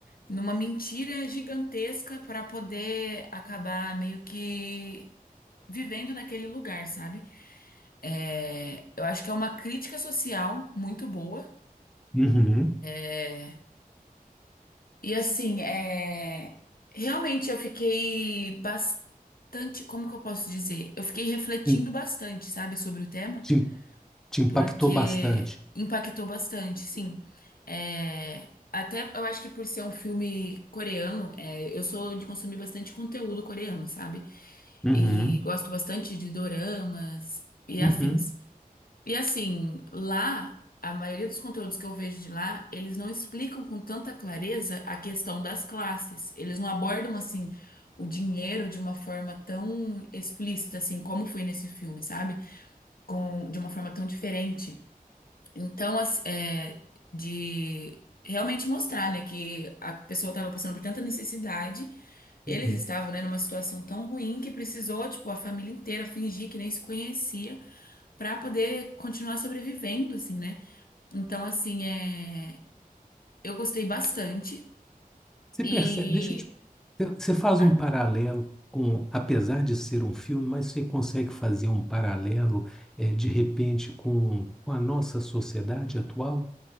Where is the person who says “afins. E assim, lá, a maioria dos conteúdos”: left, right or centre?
Left